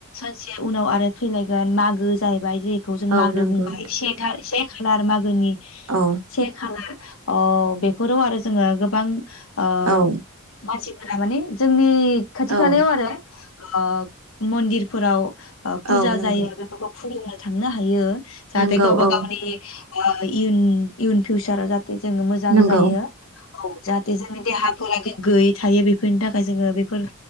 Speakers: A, on the left; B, on the right.
A: एसे उनाव आरो फैलायगोन मागो जाहैबाय जि बेखौ जों
B: औ
A: मागो
B: नंगौ
A: बुंबाय
B: नोंथां
A: से था से खाालार मागोनि
B: औ
A: से खालार अ बेफोराव आरो जोङो गोबां ओम
B: औ
A: मानसिब राबानि जोंनि खाथि
B: औ
A: खालायाव आरो ओ मन्दिरफोराव ओ फुजा
B: औ नंगौ
A: जायो बेफोरखौ खुलिनो थांनो हायो जाहाथे
B: नंगौ
A: गाव बा
B: औ
A: गावनि इउन इउन पिउचारा जाथ थे जोङो मोजां
B: नंगौ
A: जायो औ जाहाथे जोंनि देहा फोरा गो गैयै थायो बेफोरनि थाखाय जोङो बेफोर